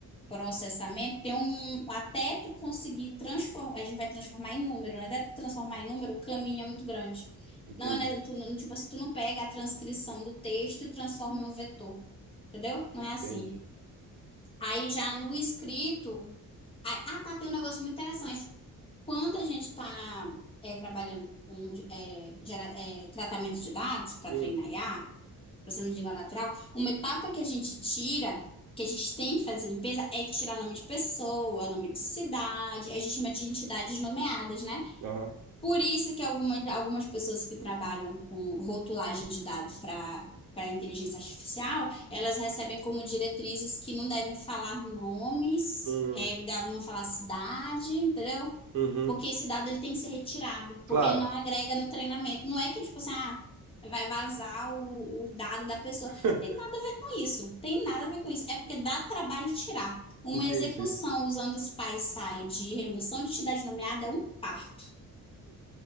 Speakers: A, on the left (about 15°); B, on the right (about 60°).
A: processamento tem um até tu conseguir transformar, a gente vai transformar em número, né? Até tu transformar em número, o caminho é muito grande.
B: Entendi,
A: Não é, né, tu, não- tipo assim, tu não pega a transcrição do texto e transforma em um vetor, entendeu? Não é assim.
B: entendi.
A: Aí já no escrito, ah, ah, tá, tem um negócio muito interessante. Quando a gente está trabalhando com é, gera- é, tratamento de dados para
B: Hum,
A: treinar IA processamento de língua natural, uma etapa que a gente tira, que a gente tem que fazer a limpeza, é tirar nome de pessoa, nome de cidade, a gente chama de entidades nomeadas, né?
B: aham.
A: Por isso que algumas, algumas pessoas que trabalham com rotulagem de dados para para inteligência artificial, elas recebem como diretrizes que não devem falar nomes,
B: Hum,
A: é, devem não falar cidade, entendeu?
B: uhum.
A: Porque esse dado ele tem que ser retirado,
B: Claro.
A: porque ele não agrega no treinamento. Não é que, tipo assim, ah, vai vazar o, o dado da pessoa.
B: <laughs>
A: Tem nada a ver com isso. Tem nada a ver com isso. É porque dá trabalho tirar. Uma
B: Entendi.
A: execução usando SPI-SAI de remoção de entidade nomeada é um parto.